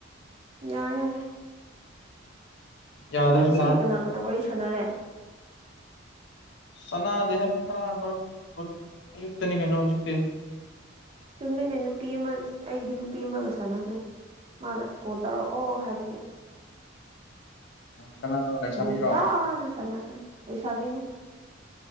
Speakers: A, on the right (about 30°); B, on the left (about 65°).
A: ꯌꯥꯔꯦ ꯌꯥꯔꯦ
B: ꯌꯥꯗ꯭ꯔꯁꯨ
A: ꯅꯪꯗꯤ ꯉꯁꯤ
B: ꯂꯥꯛ
A: ꯀꯅꯥ ꯀꯅꯥ ꯋꯥꯔꯤ ꯁꯥꯟꯅꯔꯦ
B: ꯁꯅꯥꯗꯦꯗ ꯀꯅꯥ ꯃꯔꯨꯞ ꯍꯧꯖꯤꯛ ꯑꯌꯨꯛꯇꯅꯤ ꯀꯩꯅꯣ ꯍꯧꯖꯤꯛꯇꯤ
A: ꯆꯨꯝꯃꯤꯅꯦ ꯅꯨꯄꯤ ꯑꯃ ꯑꯩꯗꯤ ꯅꯨꯄꯤ ꯑꯃꯒ ꯁꯥꯟꯅꯈ꯭ꯔꯦ ꯃꯥꯅ ꯀꯣꯜ ꯇꯧꯔꯛꯑꯣ ꯍꯥꯏꯕꯒꯤ
B: ꯀꯅꯥꯅꯣ ꯂꯩꯁꯥꯕꯤꯔꯣ
A: ꯉꯥꯟꯇꯅ ꯁꯥꯟꯅꯈ꯭ꯔꯦ ꯂꯩꯁꯥꯕꯤꯅꯤ